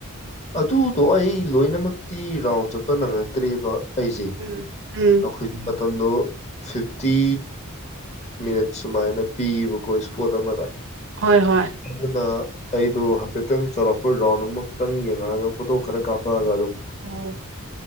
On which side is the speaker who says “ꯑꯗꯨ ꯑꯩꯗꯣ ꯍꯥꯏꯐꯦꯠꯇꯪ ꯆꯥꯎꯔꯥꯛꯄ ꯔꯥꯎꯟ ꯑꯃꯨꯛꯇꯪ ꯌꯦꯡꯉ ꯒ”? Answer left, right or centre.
Left